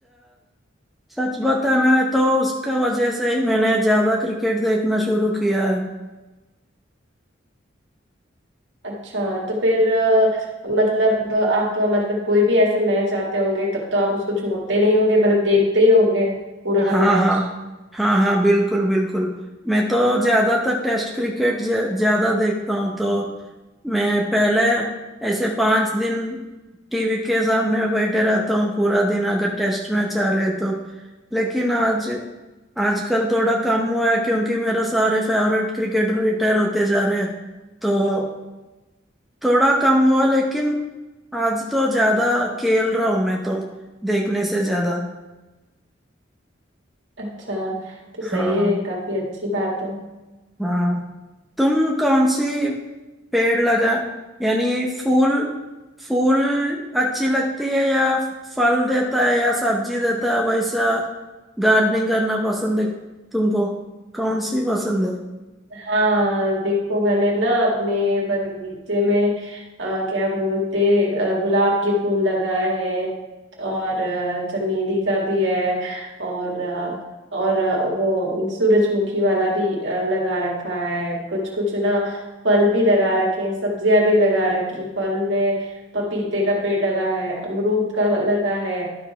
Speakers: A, in the centre; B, on the right.
A: सच बताना है तो उसका वजह से ही मैंने ज्यादा क्रिकेट देखना शुरू किया है
B: अच्छा तो फिर अ, मतलब आप मतलब कोई भी ऐसे मैच आते होंगे तब तो आप उसको छोड़ते नहीं होंगे मतलब देखते ही होंगे पूरा
A: हाँ
B: मैच
A: हाँ हाँ हाँ बिल्कुल बिल्कुल मैं तो ज्यादातर टेस्ट क्रिकेट ज- ज्यादा देखता हूँ तो मैं पहले ऐसे पांच दिन टीवी के सामने बैठे रहता हूँ पूरा दिन अगर टेस्ट मैच आ रहे तो लेकिन आज आजकल थोड़ा कम हुआ है क्योंकि मेरा सारे फेवरेट क्रिकेटर रिटायर होते जा रहे हैं तो थोड़ा कम हुआ लेकिन आज तो ज्यादा खेल रहा हूं मैं तो देखने से ज्यादा
B: अच्छा तो सही
A: हाँ
B: है ये काफी अच्छी बात है
A: हाँ तुम कौन सी पेड़ लगा यानी फूल फूल अच्छी लगती है या फल देता है या सब्जी देता है वैसा गार्डनिंग करना पसंद है तुमको कौन सी पसंद है
B: हाँ देखो मैंने ना अपने बगीचे में अ, क्या बोलते अ, गुलाब के फूल लगाए हैं और अ, चमेली का भी है और अ, और अ, वो सूरजमुखी वाला भी अ, लगा रखा है कुछ कुछ ना फल भी लगा रखे हैं सब्जियां भी लगा रखी फल में पपीते का पेड़ लगा है अमरूद का लगा है